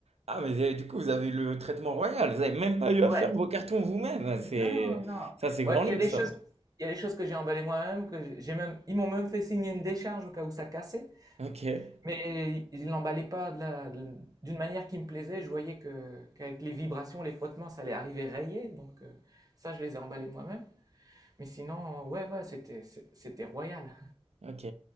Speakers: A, on the right (about 80°); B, on the right (about 35°).
A: Ah, mais eh, du coup, vous avez eu le traitement royal. Vous avez même pas eu à
B: Ouais,
A: faire vos cartons vous-même. Ah, C'est
B: non, non.
A: ça, c'est grand
B: Ouais, il
A: luxe,
B: y a des
A: ça.
B: choses, il y a des choses que j'ai emballées moi-même, que j'ai même, ils m'ont même fait signer une décharge au cas où ça cassait.
A: OK,
B: Mais il l'emballait pas de la- de- d'une manière qui me plaisait. Je voyais que qu'avec les vibrations, les frottements, ça allait arriver rayé. Donc euh, ça, je les ai emballés moi-même. Mais sinon, ouais, ouais, c'était c'est- c'était royal.
A: OK.